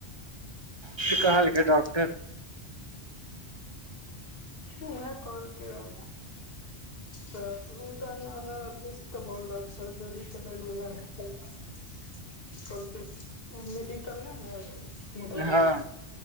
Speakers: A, on the right; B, on the left.
A: की कहलकै डॉक्टर
B: उहाय कहलके हन त ओ तऽ <unintelligible> कत मेडिकल नहि हेयत मधुबनी
A: हँ